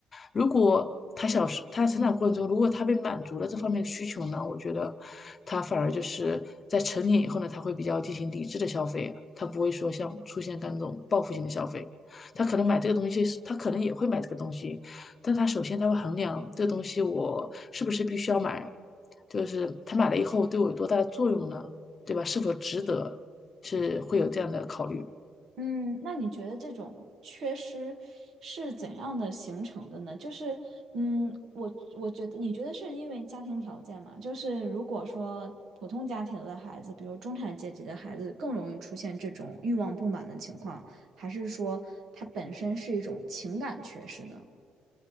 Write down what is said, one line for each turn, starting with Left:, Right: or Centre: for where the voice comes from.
Left: 如果他小时他成长过程中，如果他被满足了这方面的需求呢，我觉得他反而就是在成年以后呢，他会比较进行理智的消费啊，他不会说像出现刚那种报复性的消费。他可能买这个东西，他可能也会买这个东西，但他首先他会衡量这个东西我是不是必须要买，就是他买了以后对我有多大的作用呢？对吧？是否值得？是会有这样的考虑。
Right: 嗯，那你觉得这种缺失是怎样的形成的呢？就是，嗯，我我觉得，你觉得是因为家庭条件嘛？就是如果说普通家庭的孩子，比如中产阶级的孩子，更容易出现这种欲望不满的情况，还是说它本身是一种情感缺失呢？